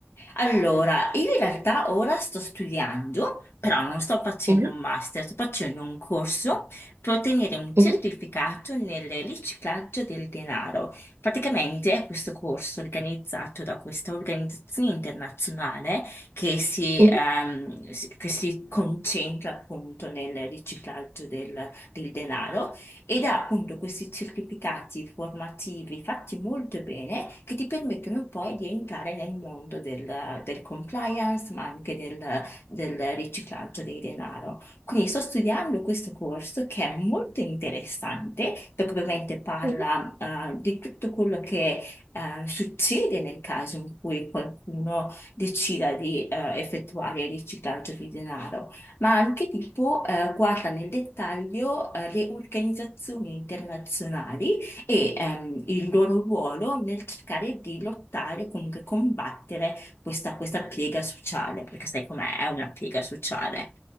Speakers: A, on the left; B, on the right.
A: Allora, io in realtà ora sto studiando, però non sto facendo
B: Mhm,
A: un master, sto facendo un corso per ottenere un certificato
B: mhm,
A: nel riciclaggio del denaro. Praticamente è questo corso organizzato da questa organizzazione internazionale che si,
B: mhm,
A: ehm, si- che si concentra appunto nel riciclaggio del del denaro ed ha appunto questi certificati formativi fatti molto bene che ti permettono poi di entrare nel mondo del, del compliance, ma anche del, del riciclaggio dei denaro. Quindi sto studiando questo corso che è molto interessante perché ovviamente parla
B: mhm,
A: eh, di tutto quello che eh, succede nel caso in cui qualcuno decida di eh, effettuare il riciclaggio di denaro ma anche tipo eh, guarda nel dettaglio eh, le organizzazioni internazionali e ehm, il loro ruolo nel cercare di lottare, comunque combattere questa, questa piega sociale, perché sai com'è, è una piega sociale.